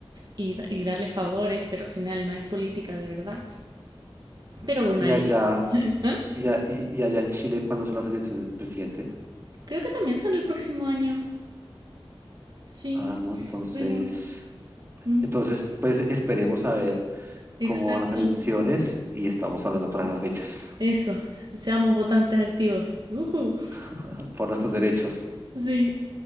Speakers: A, on the right; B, on the right.
A: y, da- y darles favores, pero al final no es política de verdad. Pero bueno,
B: Y
A: ahí.
B: allá...
A: ¿Ah?
B: Y, a- y, y allá en Chile, ¿cuándo son las elecciones del presidente?
A: Creo que también son el próximo año. Sí,
B: Ah, no, entonces,
A: bueno, mm,
B: entonces, pues esperemos a ver
A: exacto.
B: cómo van las elecciones y estamos hablando para esas fechas,
A: Eso, seamos votantes activos. Ujú.
B: <laughs> por nuestros derechos.
A: Sí,